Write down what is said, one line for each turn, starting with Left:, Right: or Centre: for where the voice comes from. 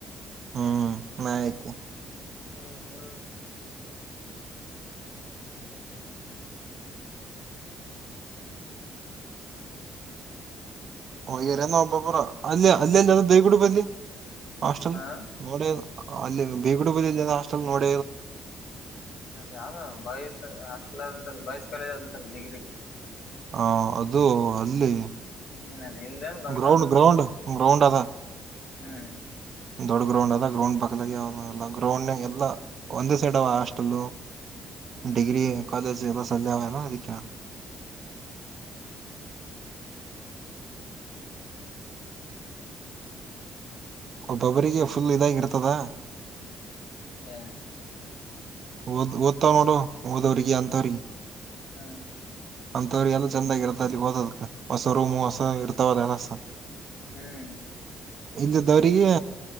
Right: ಹ್ಮ್ ನಾಯತು
Left: ಹ್ಮ್ ಹ್ಮ್
Right: ಹಗರ ಹಬ್ಬ ಪುರ ಅಲ್ಲಿ ಅಲ್ಲ ಅಲ್ಲಿ ಅ ಬೇಗಡುಪ ಅಲ್ಲಿ ಹಾಸ್ಟೆಲ್
Left: ಹಾ
Right: ನೋಡ ಅಲ್ಲಿ ಬೀಗಡುಪ ಹಾಸ್ಟೆಲ್ ನೋಡ
Left: ಅದ ಯಾವ್ದ ಬಾಯ್ಸ್ ಹಸ್ಟಲ್ಂತಲ್ಲ ಬಾಯ್ಸ್ ಕಾಲೇಜ್ ಅಂತಲ್ಲ ಡಿಗ್ರಿ
Right: ಹ ಅದು ಅಲ್ಲಿ
Left: ಹ್ಮ್ ಅಲ್ಲಿ ಹಿಂದೇನ್ ಬಗಲ
Right: ಗ್ರೌಂಡ್
Left: ಅದಂತ
Right: ಗ್ರೌಂಡ್ ರೌಂಡ ಅದ
Left: ಹ್ಮ್
Right: ದೊಡ್ಡ ಗ್ರೌಂಡ್ ಅಲ್ಲ ಗ್ರೌಂಡ್ ಪಕ್ಕಲಾಗಿ ಯಾವ ಗ್ರೌಂಡ್ ಎಲ್ಲ ಒಂದೇ ಸೈಡ್ ಅವ ಹಾಸ್ಟೆಲ್
Left: ಹ್ಮ್
Right: ಡಿಗ್ರಿ ಕಾಲೇಜ್ ಎಲ್ಲ ಸಲ್ಲಯಾವನ ಅದಕ್ಕೆಣ
Left: ಹ್ಮ್
Right: ಒಬ್ಬೊಬ್ಬರಿಗೆ ಫುಲ್ ಇದಾಗಿ ಇರ್ತದ
Left: ಏ
Right: ಓದ ಓದ್ತಾವ್ ನೋಡು ಓದವ್ರಿಗೆ ಅಂತವ್ರಿಗೆ
Left: ಹ್ಮ್
Right: ಅಂತವ್ರ ಎಲ್ಲ ಚಂದಾಗಿರತ್ತ ಅದ ಓದ ಹೊಸ ರೂಮ್ ಹೊಸ ಇರ್ತ ತ್ತರ
Left: ಹ್ಮ್
Right: ಇಲ್ಲಿದ್ದವಿಗೆ